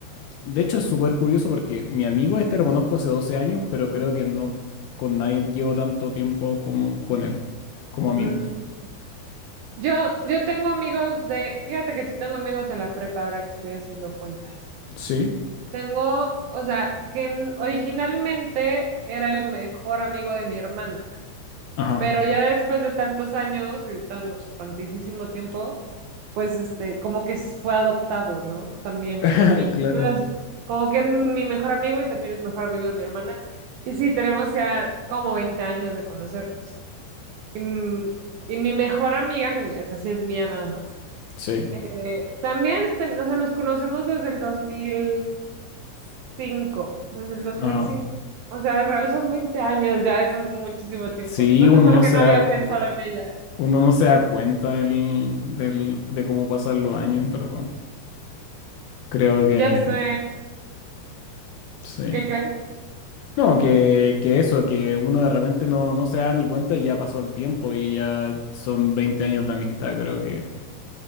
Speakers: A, on the left; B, on the right.
A: De hecho, es súper curioso porque mi amigo este lo conozco hace 12 años, pero creo que no con nadie llevo tanto tiempo como con él, como amigos.
B: Mm. Yo, yo tengo amigos de, fíjate que sí tengo amigos de la prepa ahora que estoy haciendo cuentas.
A: Sí,
B: Tengo, o sea, que en- originalmente era el mejor amigo de mi hermana,
A: ajá.
B: pero ya después de tantos años y tan, o sea, tantísimo tiempo, pues este, como que fue adoptado, ¿no? También
A: <laughs>
B: por mí.
A: Claro.
B: Entonces, como que es mi mejor amigo y también es mejor amigo de mi hermana. Y sí, tenemos ya como 20 años de conocernos. Y, mm, y mi mejor amiga, mi- esta sí es mía nada más.
A: Sí,
B: Eh, también, ten- o sea, nos conocemos desde el dos mil cinco, desde el dos
A: ajá.
B: mil cinco, O sea, de real son 20 años, ya eso es muchísimo tiempo.
A: Sí,
B: No
A: uno
B: sé por
A: no
B: qué
A: se
B: no
A: da
B: había
A: cuenta.
B: pensado en ella.
A: Uno no se da cuenta del, del- de cómo pasan los años, ¿verdad? Creo que
B: Ya sé,
A: sí.
B: ¿qué crees?
A: No, que, que eso, que uno de repente no, no se da ni cuenta y ya pasó el tiempo y ya son 20 años de amistad, creo que.